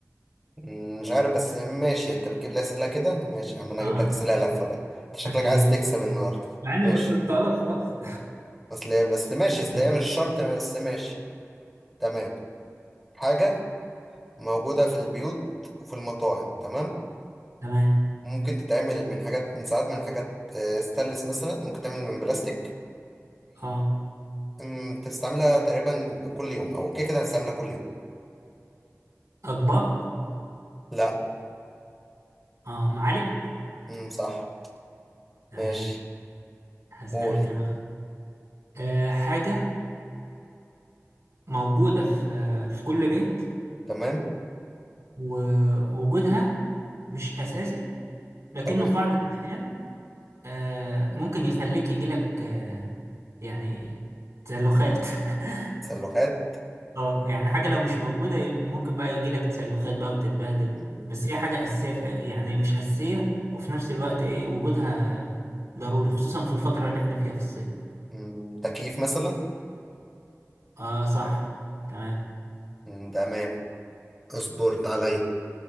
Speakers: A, in the centre; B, on the right (about 75°).
A: مم، مش عارف بس ماشي أنت بتجيب لي أسئلة كده ماشي يا عم أنا
B: اه
A: هجيب لك أسئلة لفة بقى أنت شكلك
B: <laughs>
A: عايز تكسب النهاردة
B: مع اني
A: ماشي
B: بصيت لك خالص
A: أصل هي- بس ماشي أصل
B: <laughs>
A: هي مش شرط بس ماشي تمام حاجة موجودة في البيوت وفي المطاعم تمام؟
B: تمام
A: ممكن تتعمل من حاجات من ساعات من حاجات آه، ستانلس مثلا ممكن تعمل من بلاستيك
B: اه
A: وتستعملها تقريبا كل يوم او كده كده هتستعملها كل يوم
B: اطباق
A: لا
B: اه معالق
A: امم صح
B: تمام
A: ماشي
B: هسألك
A: قول
B: انا بقى. آه حاجة موجودة في في كل بيت
A: تمام
B: ووجودها مش أساسي لكنه
A: تمام
B: في بعض الأحيان آه ممكن يخليك يجيلك آه يعني تسلخات <laughs>
A: سلوخات
B: اه يعني حاجة لو مش موجودة يب- ممكن بقى يجيلك تسلخات بقى وتتبهدل
A: مم.
B: بس هي حاجة أساسية في يعني مش أساسية وفي نفس الوقت إيه وجودها ضروري خصوصا في الفترة اللي احنا فيها في الصيف
A: مم، تكييف مثلا
B: اه صح تمام
A: مم، تمام اصبرت عليا